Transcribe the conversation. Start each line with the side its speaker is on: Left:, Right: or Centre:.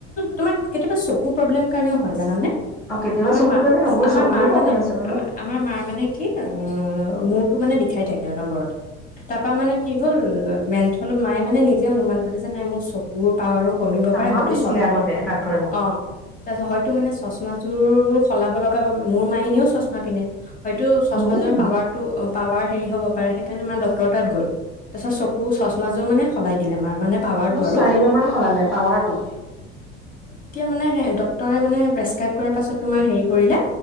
Left: তোমাক কেতিয়াবা চকু প্ৰব্লেম কাৰণেও হয় জানে
Centre: অ কেতিয়াবা
Left: আমাৰ
Centre: চকুৰ
Left: মা
Centre: কাৰণে হয়, মোৰ
Left: আমাৰ
Centre: চকুৰো
Left: মাৰ
Centre: প্ৰব্লেম
Left: মানে
Centre: আছে বাৰু
Left: আাৰ আমাৰ মাৰ মানে কি অ মূৰটো মানে বিষাই থাকে অনবৰতে তাৰ পৰাা মানে কি হ'ল অ মেন্থ অলপ মায়ে মানে নিজে অনুমান কৰিলে যে নাই মোৰ চকুৰ পাৱাৰো কমিব
Centre: তামাম
Left: পাৰে হয়টো
Centre: দিছিলে
Left: চশ
Centre: আগতে ডাক্তৰে মোক
Left: অ হয়টো মানে চশমা উ উ সলাব লগা মোৰ মায়ে এনেও চশমা পিন্ধে হয়তো চশমাৰজোৰৰ
Centre: ময়ো পিন্ধিম
Left: পাৱাৰটো অ পাৱাৰ হেৰি হ'ব পাৰে সেই কাৰনে মা ডক্তৰ তাত গ'ল তা চত চকু তো চশমা যোৰ মানে সলাই দিলেম মা মানে পাৱাৰ
Centre: মোৰ
Left: টো আৰু
Centre: চাৰিবাৰ মান সলালে পাৱাৰটো
Left: মানে এ ডক্তৰে মানে প্ৰেছকাইব কৰা পিছত মানে হেৰি কৰিলে